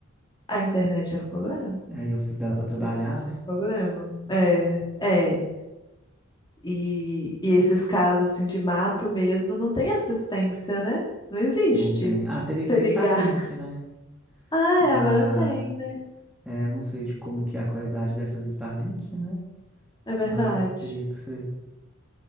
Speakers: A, on the left; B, in the centre.
A: A internet era um problema.
B: Aí eu preciso dela para trabalhar,
A: A
B: né?
A: Era um problema. É, é. E, e esses casos assim de mato mesmo não tem assistência, né? Não existe.
B: Não tem. Ah, teria
A: Se
B: que ser Starlink,
A: ligar. <laughs>
B: né?
A: Ah,
B: Mas
A: é, agora tem, né?
B: é, não sei de como que é a qualidade dessas Starlink, né?
A: É, é verdade.
B: Mas teria que ser.